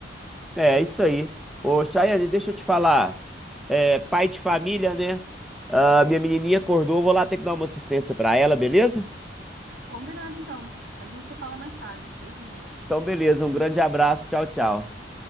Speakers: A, in the centre; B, on the right (about 65°).
A: É, isso aí. Ô, Chayane, deixa eu te falar. É, pai de família, né? Ah, minha menininha acordou, vou lá ter que dar uma assistência pra ela, beleza?
B: Combinado então. A gente se fala mais tarde. Beijinho.
A: Então, beleza. Um grande abraço. Tchau, tchau.